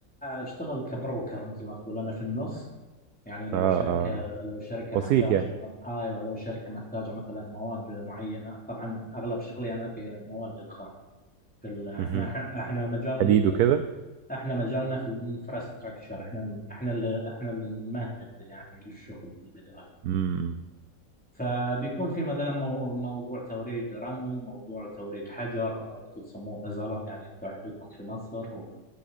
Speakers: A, in the centre; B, on the right.
A: أشتغل كبروكر مثل ما تقول أنا في النص يعني لو
B: اه
A: شركة
B: اه
A: لو شركة
B: وسيط
A: محتاجة
B: يعني
A: أيوة لو شركة محتاجة مثلا مواد معينة طبعا أغلب شغلي أنا في المواد الخام في ال- احنا
B: مهم.
A: احنا مجال
B: حديد وكده
A: احنا مجالنا في الانفراستراكشر احنا احنا اللي احنا اللي نمهد يعني للشغل في البدايه
B: امم
A: فبيكون في مثلا مو- موضوع توريد رمل موضوع توريد حجر او انتم تسمونه زلط يعني انتم عندكم في مصر و